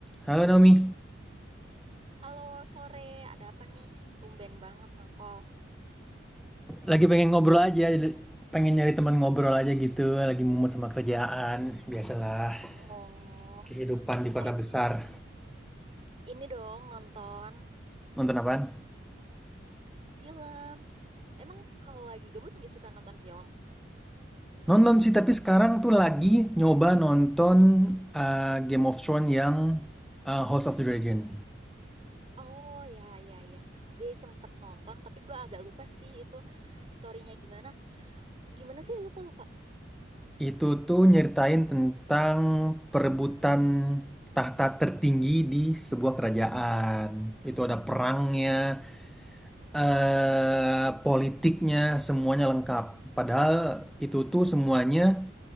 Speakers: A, in the centre; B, on the right.
A: Halo Naomi,
B: Halo, sore. Ada apa nih? Tumben banget nge-call.
A: lagi pengen ngobrol aja, pengen nyari teman ngobrol aja gitu, lagi mumet sama kerjaan, biasalah
B: Oh,
A: kehidupan di kota
B: eh
A: besar.
B: ini dong nonton
A: Nonton apaan?
B: film. Emang kalau lagi gabut nggak suka nonton film?
A: Nonton sih, tapi sekarang tuh lagi nyoba nonton uh, Game of Thrones yang uh, House of the Dragon.
B: Oh ya ya ya, gue sempet nonton tapi gue agak lupa sih itu storynya gimana. Gimana sih lupa lupa.
A: Itu tuh nyeritain tentang perebutan tahta tertinggi di sebuah kerajaan. Itu ada perangnya, eh politiknya, semuanya lengkap. Padahal itu tuh semuanya